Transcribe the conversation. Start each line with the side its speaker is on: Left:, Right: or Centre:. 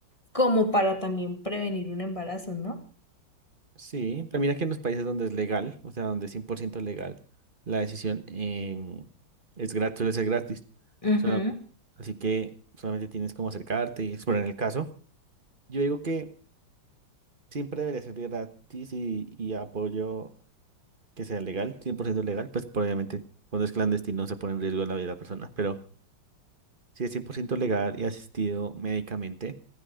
Left: como para también prevenir un embarazo, ¿no?
Right: Sí, pero mira que en los países donde es legal, o sea, donde es 100% legal, la decisión em, es gratis, suele ser gratis.
Left: Ujú,
Right: Solamente- así que solamente tienes como acercarte y explorar el caso. Yo digo que siempre debería ser gratis y, y apoyo que sea legal, 100% legal, pues por obviamente cuando es clandestino se pone en riesgo la vida de la persona, pero si es 100% legal y asistido médicamente